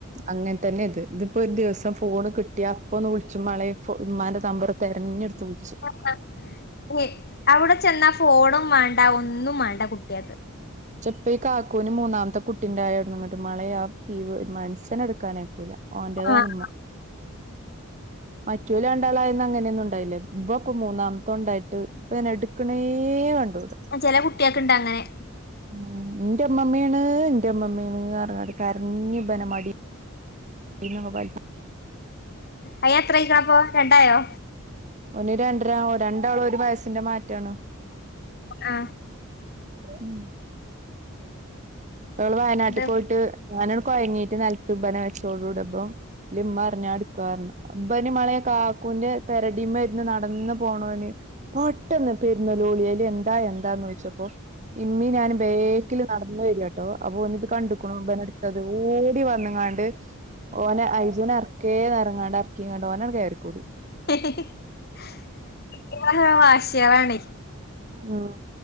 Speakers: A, on the right (about 35°); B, on the left (about 45°).
A: അങ്ങൻ തന്നെ ഇത്. ഇതിപ്പൊ ഒരു ദിവസം ഫോണ് കിട്ടിയ, അപ്പൊ ഒന്ന് വിള്ച്ചു മാളെ ഫോ ഇമാന്റെ തമ്പറ്, തെരഞ്ഞെട്ത് വിളിച്ചും.
B: <unintelligible> അവ്ടെ ചെന്നാ ഫോണും വേണ്ട. ഒന്നും മേണ്ട കുട്ടിയാക്ക്.
A: ചെപ്പ ഈ കാക്കൂന് മൂന്നാമത്ത കുട്ടി ണ്ടായൊട്ന്ന്ങ്ങട്ട് മളെ ആ പിയ് വ് മനഷ്യനെട്ക്കാനയ്ക്കൂല. ഓന്റെയാ
B: ആഹ്
A: ണുമ്മ. മറ്റുല രണ്ടാളായന്ന അങ്ങനെയൊന്നു ഉണ്ടായില്ലാര്ന്നു. <unintelligible> മൂന്നാമ്തെ ഉണ്ടായിട്ട് ഇപ്പ അയ്നെ എട്ക്കണേ കണ്ടൂട.
B: അ ചെല കുട്ടിയക്കിണ്ടങ്ങനെ.
A: ഉം ഇന്റെ ഉമ്മമ്മേണ് ഇന്റെ ഉമ്മമ്മേ ണ് പറഞ്ഞ് കരഞ് പിന്നെ മടി പിന്ന മൊബൈൽ
B: അയിന് എത്രവസാ പ്പോ? രണ്ടായോ?
A: ഓന് രണ്ട്‌ര. രണ്ടാളു ഒരു വയസിന്റെ മാറ്റാണ്.
B: ആ
A: ഉം ഇബള് വയനാട്ടിക്ക്‌
B: ഇത്
A: പോയ്ട്ട് ഞാനോട് കൊയഞ്ഞീട്ട് നെൽത്ത് ഇബന വെച്ചോടൂട ഇബം ലിമ്മറ്ഞ്ഞ ഞാ യെടുകാന്ന്. ഇബന് മളെ കാക്കുന്റ പെരടീമ്മര്ന്ന് നടന്ന് പോണോന്. പെട്ടന്ന് പ ഒര് നോലോളിലെ എന്താ എന്താനോയ് ച്ചപ്പോ. ഇമ്മി നാനും ബേക്കില് നടന്നു വരുവാട്ടോ. അപ്പൊ ഓനിത് കണ്ടുകുണു <unintelligible> അത് ഓടി വന്നങ്ങാണ്ട്, ഓനെ ഐജുനെ അറ്ക്കേ അറങ്ങാണ്ട് <unintelligible> ഓന ങ്ങ് കേറി കൂടി.
B: കുട്ടികള ഓരോ വാശ്യകളാണെ
A: ഉം